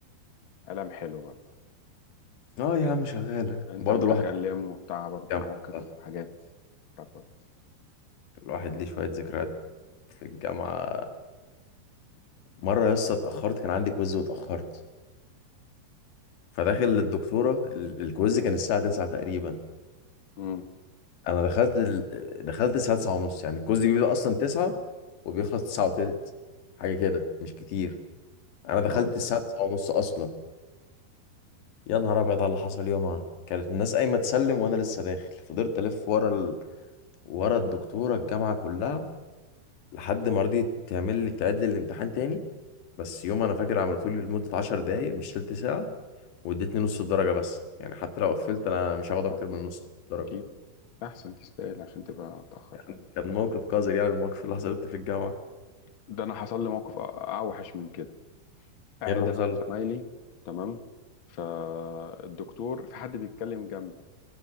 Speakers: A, on the left; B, on the left.
A: قلم حلو برضه
B: اه يا عم شغالة
A: انت
B: برضه
A: متكلم
B: الواحد في
A: وبتاع برضه
B: الجامعة
A: مواقف حاجات حركات
B: الواحد ليه شوية ذكريات في الجامعة مرة يا اسطى اتأخرت كان عندي كويز واتأخرت فداخل للدكتورة ال- الكويز كان الساعة 9 تقريبا
A: امم
B: انا دخلت ال... دخلت الساعه 9 ونص يعني الكوز بيبدأ اصلا 9 وبيخلص 9 وتلت حاجه كده مش كتير انا دخلت
A: اه
B: الساعه 9 ونص اصلا يا نهار ابيض على اللي حصل يومها كانت الناس قايمه تسلم وانا لسه داخل فضلت الف ورا ال... ورا الدكتوره الجامعه كلها لحد ما رضيت تعمل لي تعيد لي الامتحان تاني بس يوم انا فاكر عملته لي لمده 10 دقائق مش تلت ساعه وادتني نص الدرجه بس يعني حتى لو قفلت انا مش هاخد اكتر
A: آه.
B: من نص الدرجه
A: اكيد احسن تستاهل عشان تبقى اتاخر
B: كان موقف قذر يعني الموقف اللي حصلت في الجامعه
A: ده انا حصل لي موقف أ- اوحش من كده قاعد
B: ايه اللي حصل؟
A: انا وزمايلي تمام فالدكتور في حد بيتكلم جنبي